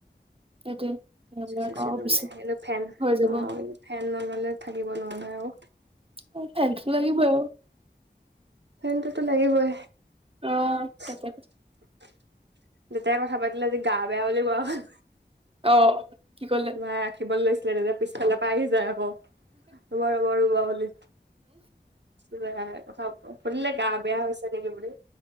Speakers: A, on the right; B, on the right.
A: সেইটোৱে নহ'লে
B: বেছি
A: আকৌ
B: লোৱা নাই হেল্ল ফেন
A: হৈ যাব
B: অ ফেন নললে থাকিব নোৱাৰো নহয় আৰু।
A: অ ফেনটো লাগিবই আও।
B: ফেনটোতো লাগিবই
A: অ তাকে
B: <inaudible> দেতাই কথা পাতিলে আজি গা বেয়া বুলি কোৱা হল।
A: অ কি কল
B: নাই ৰাখিবলে লৈছিলে তেতিয়া পিছফালৰ পৰা আহি যায় আকৌ ৰ'বা ৰ'বা ৰ'বা বুলি। সুধিলে গা বেয়া হৈছে নেকি বুলি?